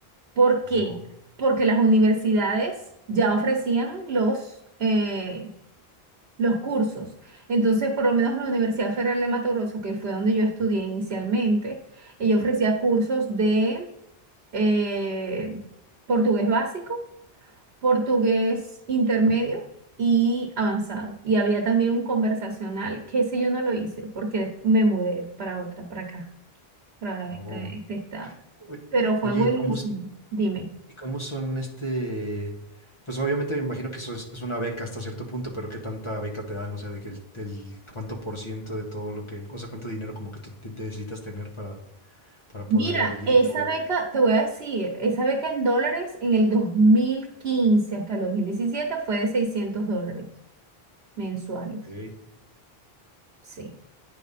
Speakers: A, on the right (about 80°); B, on the left (about 30°).
A: ¿Por
B: Oh,
A: qué? Porque las universidades ya ofrecían los, eh, los cursos. Entonces, por lo menos la Universidad Federal de Mato Grosso, que fue donde yo estudié inicialmente, ella ofrecía cursos de eh, portugués básico, portugués intermedio y avanzado. Y había también un conversacional, que ese yo no lo hice porque des- me mudé para otra, para acá, para
B: oh.
A: este, este estado.
B: Oy-
A: Pero fue
B: Oye,
A: buenísimo.
B: ¿y cómo, s-
A: Dime.
B: y cómo son este? Pues obviamente me imagino que eso es, es una beca hasta cierto punto, pero ¿qué tanta beca te dan? O sea, de que el, el cuánto por ciento de todo lo que, o sea, cuánto dinero como que tú te- necesitas tener para, para
A: Mira,
B: poder ir
A: esa
B: y todo.
A: beca, te voy a decir, esa beca en dólares en el 2015 hasta el 2017 fue de 600 dólares mensuales.
B: Ok.
A: Sí,